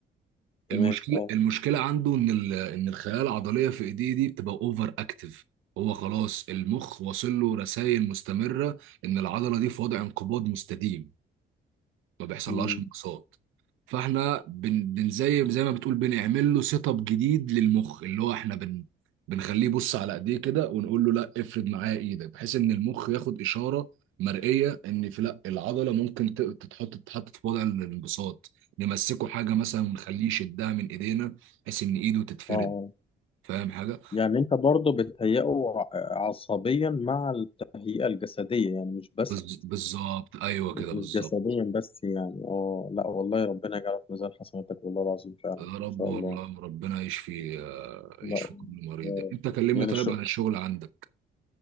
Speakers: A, on the left; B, on the right.
A: تمام
B: المشكله
A: اه
B: المشكله عنده ان ال... ان الخلايا العضليه في ايديه دي بتبقى اوفر اكتف هو خلاص المخ واصل له رسائل مستمره ان العضله دي في وضع انقباض مستديم ما بيحصلهاش
A: مم.
B: انبساط فاحنا بن بن زي زي ما بتقول بنعمل له سيت اب جديد للمخ اللي هو احنا بن بنخليه يبص على ايديه كده ونقول له لا افرد معاه ايدك بحيث ان المخ ياخد اشاره مرئيه ان في لا العضله ممكن ت- تتحط تتحط في وضع الانبساط نمسكه حاجه مثلا ونخليه يشدها من ايدينا بحيث ان ايده تتفرد
A: اه آه.
B: فاهم حاجه
A: يعني انت برضه بتهيئه ع- عصبيا مع التهيئة الجسدية يعني مش بس
B: بز- بالظبط ايوه كده
A: مش
B: بالظبط
A: جسديا بس يعني اه لا والله ربنا يجعلك في ميزان حسناتك والله العظيم فعلا
B: يا
A: ان
B: رب
A: شاء
B: والله
A: الله
B: ربنا يشفي يشفي
A: لا
B: كل مريض
A: آه،
B: انت كلمني
A: يعني
B: طيب
A: شو
B: عن الشغل عندك